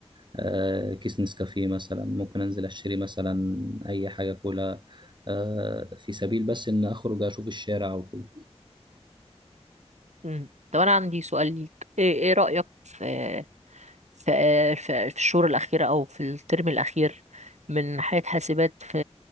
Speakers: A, on the right (about 45°); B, on the right (about 85°).
A: آه، كيس نسكافيه مثلا ممكن انزل اشتري مثلا اي حاجه كلها آه، في سبيل بس ان اخرج اشوف الشارع وكده
B: مم. طب انا عندي سؤال ليك ايه ايه رايك في في في في الشهور الأخيرة أو في الترم الأخير من حياة حاسبات في